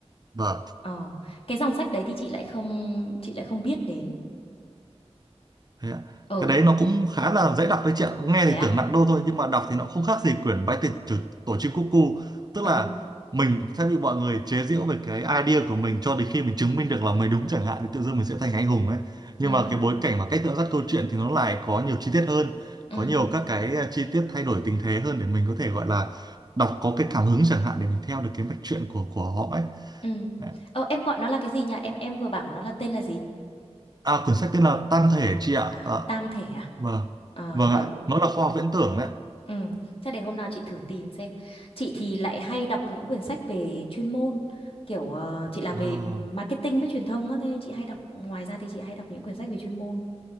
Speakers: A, on the right (about 35°); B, on the left (about 55°).
A: Vâng.
B: ờ cái dòng sách đấy thì chị lại không chị lại không biết đến
A: Thế ạ.
B: ờ
A: Cái đấy nó cũng khá là dễ đọc đấy chị ạ. Nghe
B: thế
A: thì
B: à
A: tưởng nặng đô thôi nhưng mà đọc thì nó không khác gì quyển Bách tiền chủ tổ chim cúc cu. Tức
B: ờ
A: là mình sẽ bị mọi người chế giễu về cái idea của mình cho đến khi mình chứng minh được là mình đúng chẳng hạn thì tự dưng mình sẽ thành anh hùng ấy. Nhưng
B: ừ
A: mà cái bối cảnh và cách dẫn dắt câu chuyện thì nó lại có nhiều chi tiết hơn,
B: ừ
A: có nhiều các cái eh, chi tiết thay đổi tình thế hơn để mình có thể gọi là đọc có cái cảm hứng chẳng hạn để mình theo được cái mạch truyện của của họ ấy.
B: Ừ.
A: Đấy.
B: Ờ, em gọi nó là cái gì nhỉ? Em em vừa bảo nó là tên là gì?
A: À quyển sách tên là Tam Thể chị ạ.
B: À,
A: Dạ.
B: tam thể à?
A: Vâng.
B: Ờ,
A: Vâng
B: ờ,
A: ạ. Nó là khoa học viễn tưởng đấy. ạ.
B: ừ. Chắc để hôm nào chị thử tìm xem. Chị thì lại hay đọc những quyển sách về chuyên môn, kiểu ờ, chị làm
A: À.
B: về marketing với truyền thông á, thế nên chị hay đọc. Ngoài ra thì chị hay đọc những quyển sách về chuyên môn.